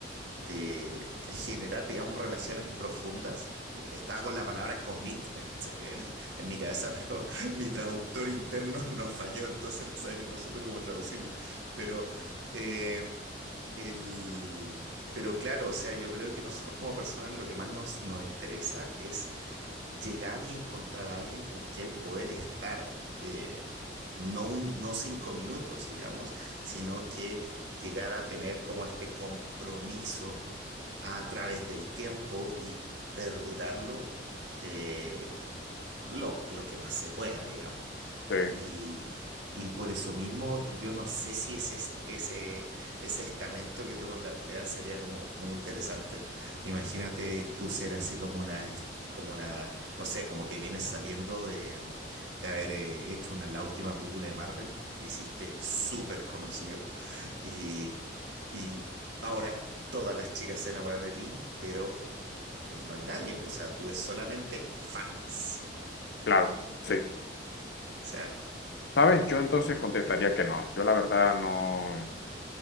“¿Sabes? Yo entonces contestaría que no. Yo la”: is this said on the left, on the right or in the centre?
Left